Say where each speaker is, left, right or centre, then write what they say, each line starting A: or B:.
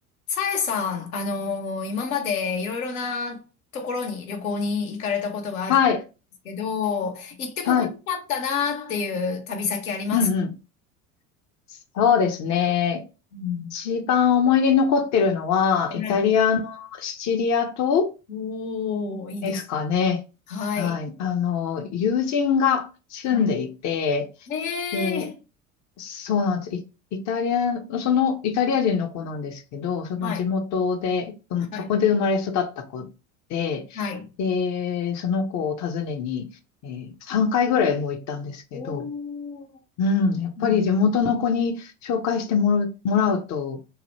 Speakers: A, on the left; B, on the left.
A: さえさん、あのー今までいろいろなところに旅行に行かれたことがあるんですけど、
B: はい。
A: 行ってここにあったなっていう旅先ありますか
B: はい。うんうん。そうですね。
A: うん
B: 一番思い出に残ってるのは、イタリアのシチリア島
A: はい。おー、いいです。
B: ですかね。
A: はい。
B: はい。あの、友人が住んでいて、
A: はい。ええ
B: で、そうなんです。イイタリア、そのイタリア人の子なんですけど、その地元で、
A: はい。
B: うんそこで生まれ育った子で、
A: はい。はい。
B: で、その子を訪ねに、え3回ぐらいもう行ったんですけど、
A: おー。
B: うん、やっぱり地元の子に紹介してもらう、
A: うん。
B: もらうと、
A: あ、